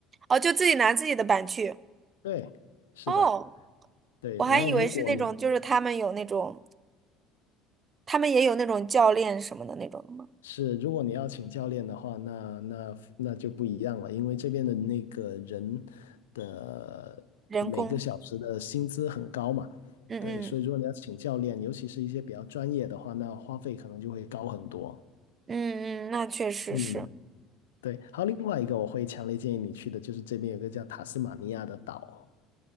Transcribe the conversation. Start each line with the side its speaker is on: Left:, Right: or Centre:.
Right: 哦，就自己拿自己的板去。
Left: 对，是的，
Right: 哦，
Left: 对。
Right: 我还以为是那种，
Left: 然后如果你
Right: 就是他们有那种，他们也有那种教练什么的那种的吗？
Left: 是，如果你要请教练的话，那那那就不一样了，因为这边的那个人的每个小时的薪资很高嘛，
Right: 人工。嗯嗯
Left: 对，所以如果你要请教练，尤其是一些比较专业的话，那花费可能就会高很多。
Right: 嗯嗯，那确实是。
Left: 嗯，对。还有另外一个我会强烈建议你去的，就是这边有个叫塔斯马尼亚的岛。